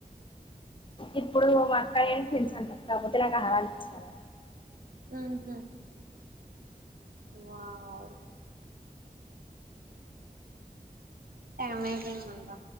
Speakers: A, on the left; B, on the right.
A: ఇప్పుడు మా అక్క నేన్ ట్విన్స్ అంట కాకపోతే నాకు ఆ ఆలా అనిపించాదు
B: ఉమ్మ్ వావ్ అమెజాన్ ఉందా